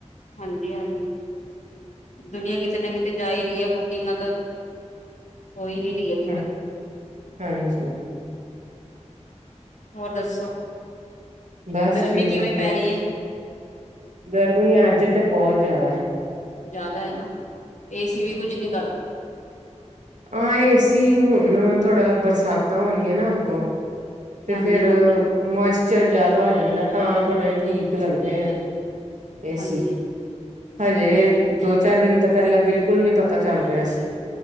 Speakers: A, on the left; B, on the right.
A: ਹਾਂਜੀ ਹਾਂਜੀ ਦੁਨੀਆਂ ਕਿਤੇ ਨਾ ਕਿਤੇ ਜਾ ਹੀ ਰਹੀ ਆ ਬੁਕਿੰਗ ਤਾਂ ਕੋਈ ਨੀ ਰ
B: ਹੈ
A: ਤ
B: ਹਾਂਜੀ
A: ਹੋਰ ਦੱਸੋ
B: ਬਸ
A: ਗਰਮੀ
B: ਜੀ
A: ਕਿਵੇਂ
B: ਵਧੀਆ
A: ਪੈ ਰਹੀ ਹੈ
B: ਗਰਮੀ ਅੱਜ ਤੇ ਬਹੁਤ ਜਿਆਦਾ
A: ਜਿਆਦਾ ਹ ਨਾ ਇਹ ਸੀ ਵੀ ਕੁਝ ਨਹੀਂ
B: ਆਏ ਸੀ ਹੁਣ ਥੋੜਾ ਬਰਸਾ <unintelligible> ਨਾ ਅੱਗੋਂ ਤੇ
A: ਹਾਂਜੀ
B: ਫੇਰ
A: ਹਾਂਜੀ
B: ਮ ਚਰ ਜਿਆਦਾ ਹੋ ਜਾਂਦਾ ਤਾਂ ਥੋੜੇ ਠੀਕ ਲੱਗਦੇ ਆ ਏਸੀ
A: ਹਾਂਜੀ
B: ਹਜੇ ਦੋ ਚਾਰ ਦਿਨ ਤਾਂ ਪਹਿਲਾਂ ਬਿਲਕੁਲ ਨਹੀਂੀ ਪਤਾ ਚੱਲ ਰਿਹਾ ਸੀ